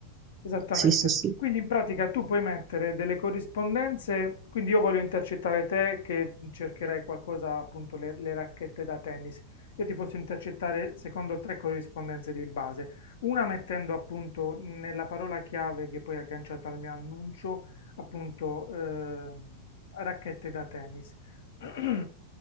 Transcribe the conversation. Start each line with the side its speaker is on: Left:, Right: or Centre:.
Left: Esattamente.
Right: Sì, sì, sì.
Left: Quindi in pratica tu puoi mettere delle corrispondenze, quindi io voglio intercettare te che cercherai qualcosa, appunto le, le racchette da tennis. Io ti posso intercettare secondo tre corrispondenze di base. Una mettendo appunto nella parola chiave che poi è agganciata al mio annuncio, appunto ehm, racchette da tennis <clears throat>